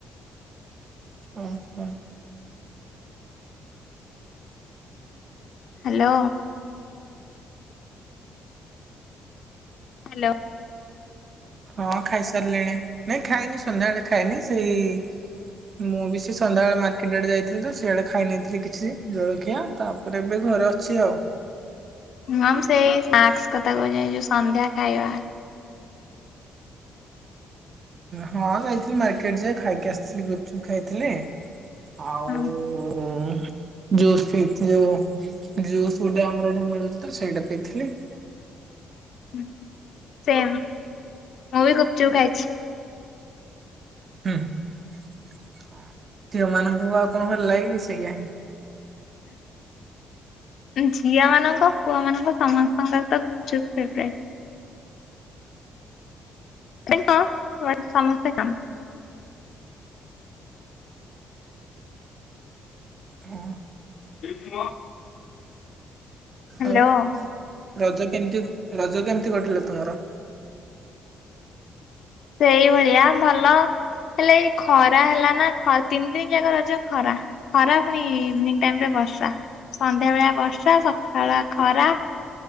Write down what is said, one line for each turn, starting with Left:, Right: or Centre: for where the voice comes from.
Right: ଓହୋ
Left: ହାଲୋ। ହାଲୋ।
Right: ହଁ ଖାଇସାରିଲିଣି ନାଇଁ ଖାଇନି ସନ୍ଧ୍ୟା ବେଳେ ଖାଇନି ସେଇ ମୁଁ ବି ସେ ସନ୍ଧ୍ୟା ବେଳେ ମାର୍କେଟ ଆଡେ ଯାଇଥିଲି ତ ସିଆଡେ ଖାଇ ନେଇଥିଲି କିଛି ଜଳଖିଆ ତାପରେ ଏବେ ଘରେ ଅଛି ଆଉ।
Left: ହଁ ମୁ ସେଇ ସ୍ନାକ୍ କଥା କହୁଛି ଏଇ ଯୋଉ ସନ୍ଧ୍ୟା ଖାଇବା।
Right: ହଁ ଯାଇଥିଲି ମାର୍କେଟ ଯେ ଖାଇକି ଆସିଥିଲି ଗୁପଚୁପ ଖାଇଥିଲି। ଆଉ।
Left: ହଁ
Right: ଜୁସ୍ ପିଥି ଯୋଉ ଜୁସ୍ ଗୋଟେ ଆମର ଏଠି ମିଳୁଚି ତ ସେଇଟା ପିଇଥିଲି।
Left: ହଁ ସେମ ମୁଁ ବି ଗୁପଚୁପ ଖାଇଛି।
Right: ହୁଁ ଝିଅ ମାନଙ୍କୁ ଆଉ କଣ ଭଲ ଲାଗିବ ସେଇଆ ହିଁ।
Left: ଝିଅ ମାନଙ୍କ ପୁଅ ମାନଙ୍କ ସମସ୍ତଙ୍କର ତ ଗୁପଚୁପ ଫେବରେଟ। ତେ କ ସମସ୍ତେ କାମ। <unintelligible>
Right: ହଁ।
Left: ହେଇଚି ମ। ହାଲୋ।
Right: ଆଉ ରଜ କେମିତି। ରଜ କେମିତି କଟିଲା ତମର।
Left: ସେଇଭଳିଆ ଭଲ ହେଲେ ଏଇ ଖରା ହେଲା ନା ତିନି ଦିନ ଯାକ ରଜ ଖରା ଖରା ପୁଣି ଇଭିନିଙ୍ଗ ଟାଇମ ରେ ବର୍ଷା ସନ୍ଧ୍ୟା ବେଳିଆ ବର୍ଷା ସକାଳୁଆ ଖରା